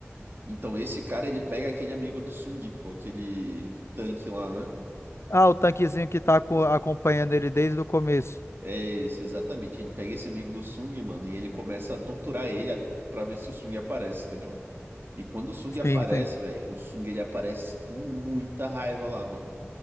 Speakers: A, on the right; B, on the left.
A: Então, esse cara, ele pega aquele amigo do Sung, pô, aquele tanque lá, né?
B: Ah, o tanquezinho que tá co- acompanhando ele desde o começo.
A: É isso, exatamente. Ele pega esse amigo do Sung, mano, e ele começa a torturar ele a- pra ver se o Sung aparece, entendeu? E quando o Sung aparece,
B: Sim, sim,
A: velho, o Sung, ele aparece com muita raiva lá, mano.